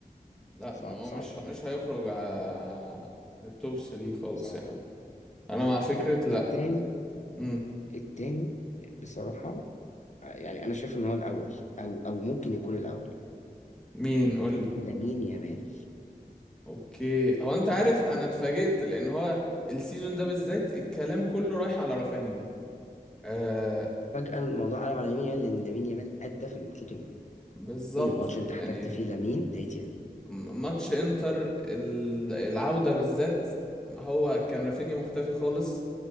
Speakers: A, in the centre; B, on the left (about 50°).
A: لا
B: صعب
A: ما هو
B: صعب
A: مش
B: قوي
A: مش هيخرج على التوب 3 خالص
B: صعب
A: يعني
B: قوي
A: انا مع فكرة لا
B: التاني
A: مم.
B: التاني بصراحه يعني انا شايف ان هو الاول او او ممكن يكون الاول
A: مين قول لي
B: لامين يامال
A: اوكي هو انت عارف انا اتفاجئت لان هو السيزون ده بالذات الكلام كله رايح على رافينيا آه
B: فجاه الموضوع قلب على لامين يامال لان لامين يامال ادى في الماتشات المهمه
A: بالظبط
B: كل ماتش انت احتجت
A: يعني
B: فيه لامين لقيت يامين
A: م- ماتش انتر ال- العودة بالذات هو كان رافينيا مختفي خالص